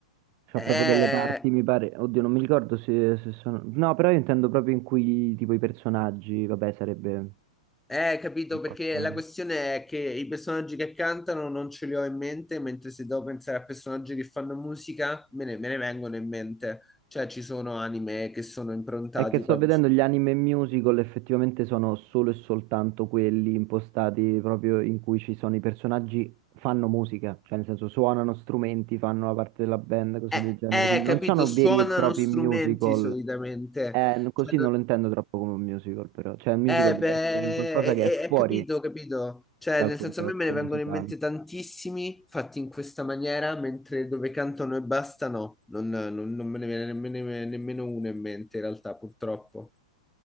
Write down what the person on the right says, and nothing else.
c'ha
proprio delle parti, mi pare, oddio, non mi ricordo se, se sono... No, però io intendo proprio in cui tipo i personaggi, vabbè, sarebbe
un po'
strano.
È che sto
vedendo
gli anime musical, effettivamente sono solo e soltanto quelli impostati proprio in cui ci sono i personaggi fanno musica, cioè nel senso suonano strumenti, fanno la parte della band, cose
del genere,
quindi non
sono
veri e propri
musical.
Eh, n- così
non lo intendo troppo come un musical, però, cioè un musical
deve
essere un qualcosa che è
fuori
dal
contesto
musicale.